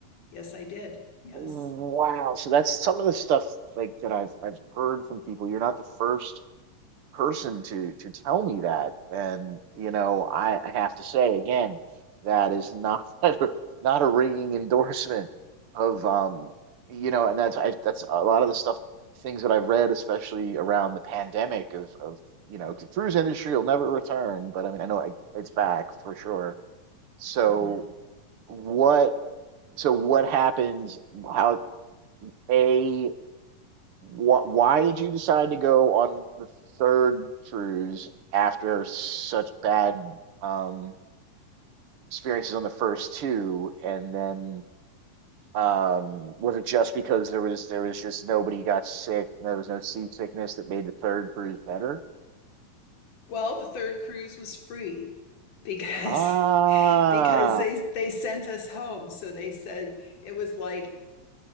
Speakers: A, on the left; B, on the right.
A: Yes, I did. Yes.
B: Wow. So that's some of the stuff like that I've I've heard from people. You're not the first person to to tell me that and you know I, I have to say again that is not <laughs> not a ringing endorsement of um you know and that's I, that's a lot of the stuff things that I've read especially around the pandemic of of you know the cruise industry will never return but I mean I know it- it's back for sure so
A: Mm-hmm.
B: what so what happens how a Wh- why did you decide to go on the third cruise after such bad um, experiences on the first two? And then um, was it just because there was there was just nobody got sick, there was no seasickness that made the third cruise better?
A: Well, the third cruise was free. because
B: Ah,
A: <laughs> because they they sent us home so they said it was like